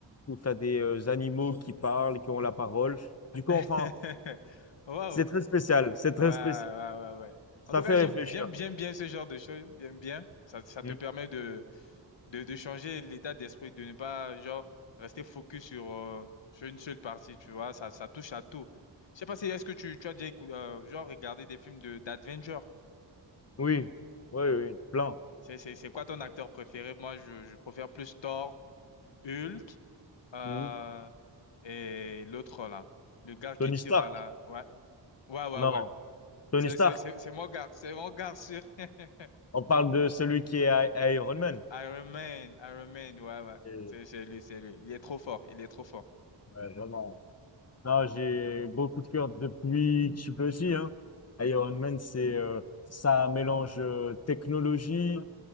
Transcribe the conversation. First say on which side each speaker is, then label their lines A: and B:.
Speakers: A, on the left; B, on the left.
A: où tu as des euh, animaux qui parlent, qui ont la parole. Du coup,
B: <laughs>
A: enfin,
B: Wow.
A: c'est très spécial. C'est très
B: Ouais, ouais,
A: spécial.
B: ouais, ouais.
A: Ça
B: En tout
A: fait
B: cas, j'aime,
A: réfléchir.
B: j'aime, j'aime bien ce genre de choses. J'aime bien. Ça, ça
A: Mm.
B: te permet de, de, de changer l'état d'esprit, de ne pas, genre, rester focus sur, euh, sur une seule partie, tu vois. Ça, ça touche à tout. Je sais pas si, est-ce que tu, tu as déjà, écou- euh, genre, regardé des films de, d'adventure?
A: Oui, oui, oui, oui. plein.
B: C'est, c'est, c'est quoi ton acteur préféré? Moi, je, je préfère plus Thor, Hulk, euh,
A: Mm.
B: et l'autre là. Le gars qui
A: Tony
B: tire
A: Stark.
B: à la. Ouais, ouais, ouais,
A: Non,
B: ouais.
A: Tony
B: C'est,
A: Stark.
B: c'est, c'est, c'est mon gars, c'est mon gars sûr. <laughs>
A: On parle de celui qui est I- Iron Man.
B: Iron Man, Iron Man, ouais, ouais.
A: Et,
B: C'est, c'est lui, c'est lui. Il est trop fort, il est trop fort.
A: ouais, vraiment. Non, j'ai gros coup de cœur depuis que je suis petit, hein. Iron Man, c'est euh, ça mélange euh, technologie.